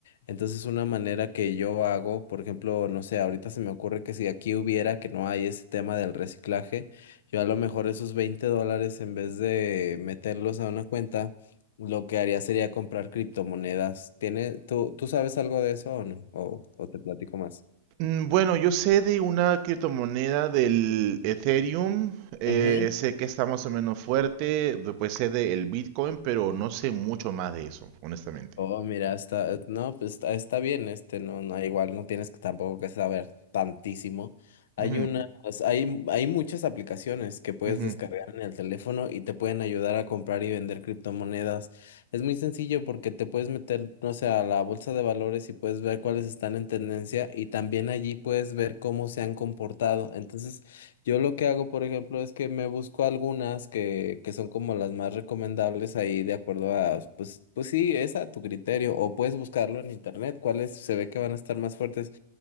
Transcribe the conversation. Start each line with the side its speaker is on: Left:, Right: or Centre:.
Left: Entonces, una manera que yo hago, por ejemplo, no sé, ahorita se me ocurre que si aquí hubiera, que no hay ese tema del reciclaje, yo a lo mejor esos 20 dólares, en vez de meterlos a una cuenta, lo que haría sería comprar criptomonedas. ¿Tiene, tú, tú sabes algo de eso o no? ¿O, o te platico más?
Right: Mm, Bueno, yo sé de una criptomoneda del Ethereum, eh,
Left: Ujú.
Right: sé que está más o menos fuerte, después sé del Bitcoin, pero no sé mucho más de eso, honestamente.
Left: Oh, mira, está, eh, no, pues está, está bien, este, no, no, igual no tienes que tampoco que saber tantísimo. Hay
Right: Ujú,
Left: unas, hay, mu- hay muchas aplicaciones que puedes
Right: ujú,
Left: descargar en el teléfono y te pueden ayudar a comprar y vender criptomonedas. Es muy sencillo porque te puedes meter, no sé, a la bolsa de valores y puedes ver cuáles están en tendencia y también allí puedes ver cómo se han comportado. Entonces yo lo que hago, por ejemplo, es que me busco algunas que, que son como las más recomendables ahí de acuerdo a, pues, pues sí, es a tu criterio, o puedes buscarlo en internet, cuáles se ve que van a estar más fuertes.